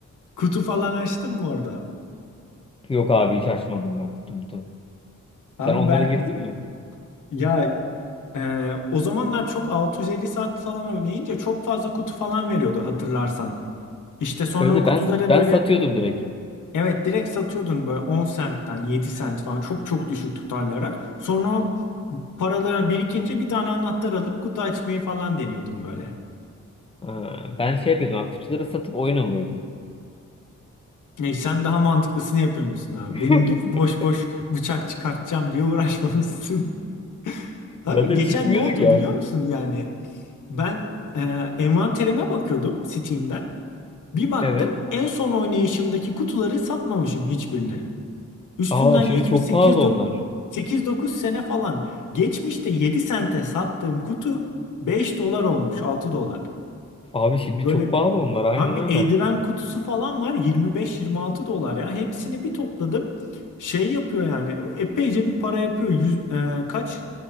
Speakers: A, on the left (about 80°); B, on the left (about 20°).
A: Kutu falan açtın mı orada?
B: Yok abi hiç açmadım ben kutumuzu.
A: Abi
B: Sen onlara
A: ben
B: girdin mi?
A: ya e, o zamanlar çok 650 saat falan oynayınca çok fazla kutu falan veriyordu hatırlarsan. İşte sonra
B: Öyle de
A: o kutuları
B: ben ben
A: böyle
B: satıyordum direkt.
A: evet direkt satıyordun böyle 10 sentten 7 sent falan çok çok düşük tutarlara. Sonra o paralar birikince bir tane anahtar alıp kutu açmayı falan deniyordum böyle.
B: Ha, ben şey yapıyordum abi, kutuları satıp oyun alıyordum.
A: E sen daha mantıklısını yapıyor musun abi?
B: <laughs>
A: Benim gibi boş boş bıçak çıkartacağım diye uğraşmamışsın. <laughs> Abi
B: Zaten
A: geçen
B: çıkmıyorduk
A: ne oldu
B: ya
A: biliyor
B: abi.
A: musun yani? Ben e, envanterime bakıyordum Steam'den. Bir baktım
B: Evet.
A: en son oynayışımdaki kutuları satmamışım hiçbirini. Üstünden
B: Aa şimdi
A: geçmiş
B: çok pahalı onlar.
A: sekiz dokuz sene falan. Geçmişte 7 sente sattığım kutu 5 dolar olmuş 6 dolar.
B: Abi şimdi
A: Böyle
B: çok pahalı onlar aynen
A: abi
B: öyle.
A: bir eldiven kutusu falan var yirmi beş yirmi altı dolar ya. Hepsini bir topladım. Şey yapıyor yani epeyce bir para yapıyor. Yüz- e, kaç?